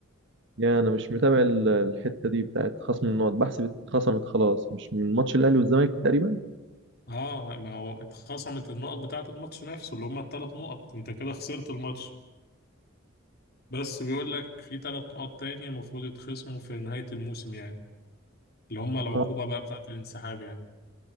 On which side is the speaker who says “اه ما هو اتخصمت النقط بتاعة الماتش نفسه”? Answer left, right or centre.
Left